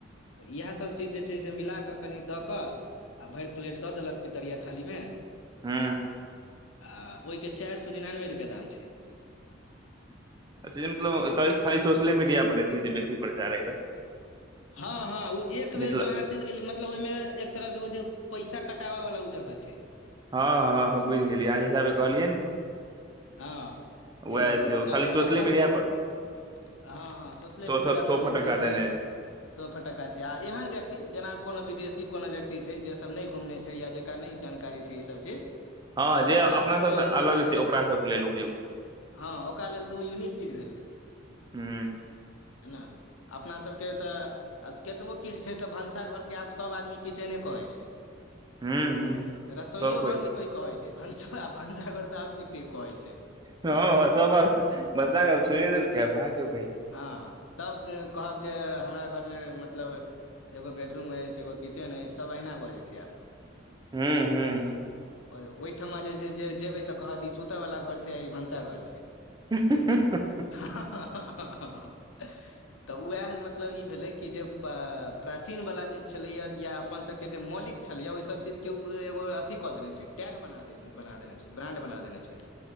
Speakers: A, on the left (about 85°); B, on the right (about 20°).
A: तऽ इएह सभ चीज जे छै से मिला कऽ कनि दऽ कऽ आ भैर प्लेट दऽ देलक पितरिया थाली में
B: हू
A: आ ओइ केँ चाइर सौ निनानबे रुपैआ दाम छै
B: अच्छा इ मतलब
A: बुझलियै
B: खाली सोशले मीडिया पर एथि बेसी प्रचारे एकर
A: हँ हँ ओ एक
B: मिथिला
A: बेर जहां है चैल गेल मतलब ओइमें एक तरह से हो छै पैसा कटाबै वला ओ जगह छै
B: हँ हँ बुझि गेलियै आहाँ हिसाबे कहलियै
A: हँ <unintelligible>
B: वएह छै ओ
A: सब
B: खाली सोशले
A: अपन
B: मीडिया
A: हँ
B: पर
A: हँ सोशले
B: सौ
A: मीडिया
B: सौ सौ
A: पर
B: फटक्का
A: जे छै
B: देने
A: से
B: छै
A: सोह फटक्का छै आ एहन व्यक्ति जेनाब कोनो विदेशी कोनो व्यक्ति छै जे सब नै घुमने छै या जे नै जानकारी छै ई सब चीज
B: हँ
A: तऽ
B: जे
A: ओकरा
B: अपना
A: सबके
B: सबसँ
A: लेल
B: अलग
A: जे
B: छै
A: से
B: ओकरा सबके लेल उपयुक्त छै
A: हँ ओकरा लेल तऽ ओ यूनिक चीज भेलै <inaudible>
B: हूँ
A: है न अपना सब केँ तऽ आ कतबो किछ छै तऽ भनसाघर केँ आब सभ आदमी किचने कहय छै
B: हूँ
A: <inaudible>
B: हूँ
A: रसोइयो
B: सब
A: घर नै कोइ कहै छै भस भंसाघर तऽ और नै कोइ कहै छै
B: हँ हँ सब आब भनसा घर छोड़ देलक ह ह‌‌आब‌ कहाॅंकियो कहय छै
A: हँ सभ जे कहत जे हमरा घर में मतलब एगो बेडरूम अछि एगो किचेन अछि सब अहिना बजै छै आब
B: <unintelligible>
A: ओय ओयठमा जे छै जेबै तऽ कहत ई सुतै वला घर छै आ ई भनसा घर छै
B: <unintelligible>
A: <unintelligible> तऽ उहै मतलब ई भेलै कि जे प्राचीन वला जे छलै ए अपन सब केँ जे मौलिक छलियै ओहि सब चीज केँ उऽ एगो अथी कऽ देने छै टैग बना दे बना देने ब्रांड बना देने छै